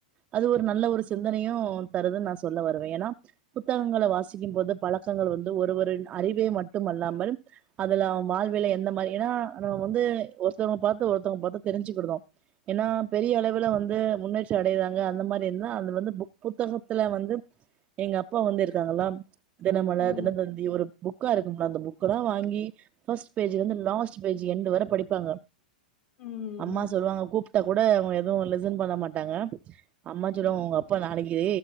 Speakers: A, on the right; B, on the left.
A: அது ஒரு நல்ல ஒரு சிந்தனையு தருதுன் நா சொல்ல வருவே ஏனா புத்தகங்கள வாசிக்கும்போது பழக்கங்கள் வந்து ஒருவரின் அறிவை மட்டுமல்லாமல் அதுல அவ வாழ்வில எந்த மாரி ஏனா நம்ம வந்து ஒருத்தவங்கள பாத்து ஒருத்தவங்க பாத்து தெரிஞ்சுக்கிடுதோ ஏனா பெரிய அளவில வந் து முன்னேற்றி அடையுறாங்க அந்த மாரி இருந்துனா அதுல வந்து புக் புத்தகத்துல வந்து எங்க அப்பா வந்து இருக்காங்களா தினமல
B: ம்
A: தினத்தந்தி ஒரு புக்கா இருக்கும்ல அந்த புக்கலா வாங்கி ஃபர்ஸ்ட் பேஜ்ல இருந்து லாஸ்ட் பேஜ் எண்டு வர படிப்பாங்க
B: ம்
A: அம்மா சொல்வாங்க கூப்ட்டா கூட அவுங்க எதுவு லிசன் பண்ண மாட்டாங்க அம்மா சொல்லுவாங்க
B: ம்
A: உங்க ப்பா நாளக்கி